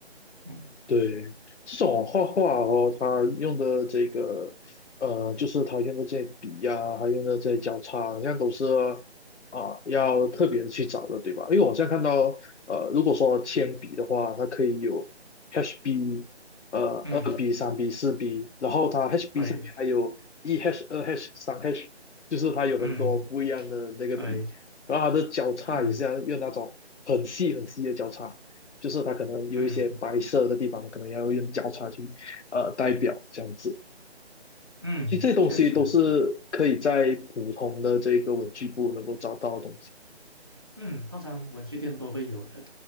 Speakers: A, on the right; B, on the left.
A: 嗯
B: 对，这种画画哦，他用的这个，呃，就是他用的这些笔呀、还用的这些交叉，好像都是啊、要特别去找的，对吧？因为我现在看到，呃，如果说铅笔的话，它可以有 HB，呃，
A: 嗯，
B: 二 B、三 B、四 B，然后它 HB
A: 对，
B: 下面还有一 H、二 H、三 H，就是它有很多不一样的那个笔，
A: 嗯对，
B: 然后它的交叉也是要用那种很细很细的交叉。
A: 嗯
B: 就是它可能有一些白色的地方，
A: 嗯
B: 它可能要用交叉去呃代表这样子。
A: 嗯，
B: 其实这些东西都是可以在普通的这个文具部能够找到的东西
A: 确实。嗯，通常文具店都会有的。